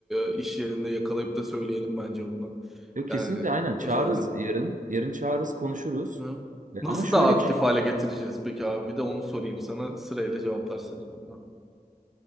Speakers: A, in the centre; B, on the right.
A: e, iş yerinde yakalayıp da söyleyelim bence bunu.
B: Yok kesinlikle
A: Yani
B: aynen
A: özelden.
B: çağırırız yarın.
A: Hı.
B: Yarın çağırırız konuşuruz.
A: Hı.
B: E,
A: Nasıl
B: Ama şöyle
A: daha aktif
B: bir şey
A: hale getireceğiz peki abi? Bir de onu sorayım sana. Sırayla cevaplarsana. bana.